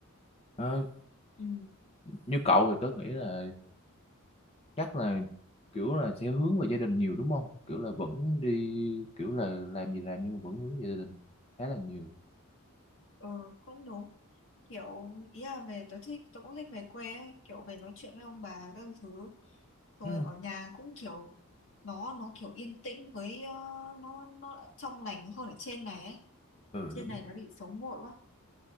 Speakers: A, on the left (about 30°); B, on the left (about 60°).
A: Ờ,
B: ừ,
A: như cậu thì tớ nghĩ là chắc là kiểu là sẽ hướng về gia đình nhiều đúng không kiểu là vẫn đi kiểu là làm gì làm nhưng mà vẫn hướng về gia đình khá là nhiều
B: ừ cũng đúng kiểu ý là về tôi thích tôi cũng thích về quê ấy, kiểu về nói chuyện với ông bà các thứ rồi
A: ừ,
B: ở nhà cũng kiểu nó nó kiểu yên tĩnh với ờ, nó nó đã trong lành hơn ở trên này ấy
A: ừ
B: trên
A: đúng
B: này đã bị sống vội quá